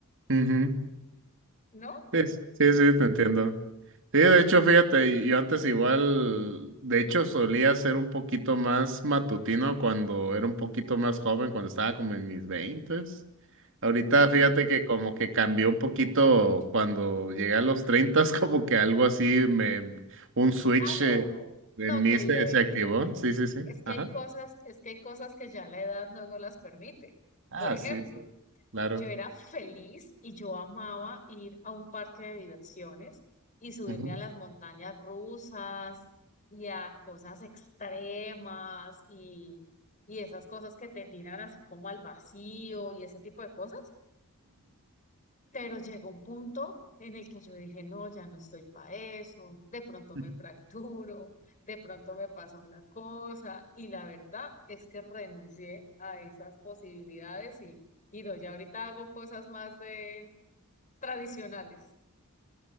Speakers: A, on the right (about 60°); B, on the left (about 35°).
A: ujú.
B: ¿no?
A: Sí, sí, sí, te entiendo. Sí, de hecho, fíjate, yo antes igual, de hecho, solía ser un poquito más matutino cuando era un poquito más joven, cuando estaba como en mis veintes. Ahorita,
B: Ujú.
A: fíjate que como que cambió un poquito cuando llegué a los treintas, <laughs> como que algo así, me, un switch
B: Ah, no,
A: eh, en
B: no,
A: mí
B: querido
A: se,
B: Ben,
A: se activó. Sí, sí, sí.
B: es que
A: Ajá.
B: hay cosas, es que hay cosas que ya la edad no nos las permite.
A: Ah,
B: Por ejemplo,
A: sí, sí. Claro.
B: Yo era feliz y yo amaba ir a un parque de diversiones y subirme
A: Ujú,
B: a las montañas rusas y a cosas extremas y, y esas cosas que te tiran así como al vacío y ese tipo de cosas. Pero llegó un punto en el que yo dije, no, ya no estoy para eso, de pronto
A: ujú.
B: me fracturo, de pronto me pasa una cosa, y la verdad es que renuncié a esas posibilidades y, y no, ya ahorita hago cosas más de tradicionales,